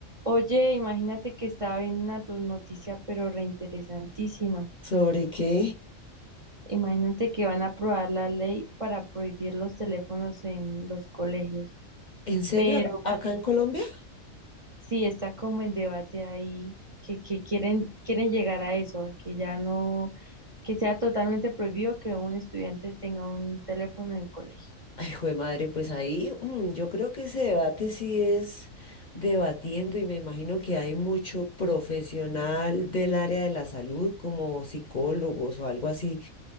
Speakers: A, on the right (about 30°); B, on the left (about 40°).
A: Oye, imagínate que estaba viendo una tu- noticia, pero reinteresantísima.
B: ¿Sobre qué?
A: Imagínate que van a aprobar la ley para prohibir los teléfonos en los colegios.
B: ¿En serio?
A: Pero pues,
B: ¿Acá en Colombia?
A: sí, está como en debate ahí, que, que quieren, quieren llegar a eso, a que ya no, que sea totalmente prohibido que un estudiante tenga un teléfono en el colegio.
B: Ay, jue madre, pues ahí mm, yo creo que ese debate sí es debatiendo y me imagino que hay mucho profesional del área de la salud como psicólogos o algo así,